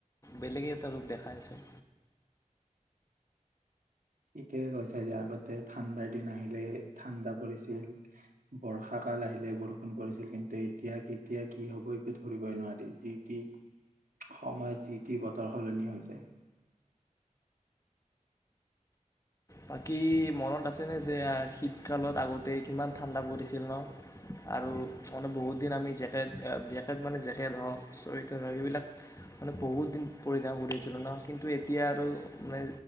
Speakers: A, on the left (about 25°); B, on the right (about 85°).
A: বেলেগে এটা ৰূপ দেখাই আছে
B: ঠিকে কৈছ যে আগতে ঠাণ্ডাৰ দিন আহিলে ঠাণ্ডা পৰিছিল বৰ্ষাকাল আহিলে বৰষুণ পৰিছিল কিন্তু এতিয়া কেতিয়া কি হব একো ধৰিবই নোৱাৰি যি টি সময়ত যি টি বতৰ সলনি হৈছে
A: বাকী মনত আছেনে যে শীতকালত আগতেই কিমান ঠাণ্ডা পৰিছিল ন আৰু মানে বহুত দিন আমি জেকেট জেকেট মানে জেকেট হওক চুৱেটাৰ হওক সেইবিলাক মানে বহুত দিন পৰিধান কৰি আছিলোঁ ন কিন্তু এতিয়া আৰু মানে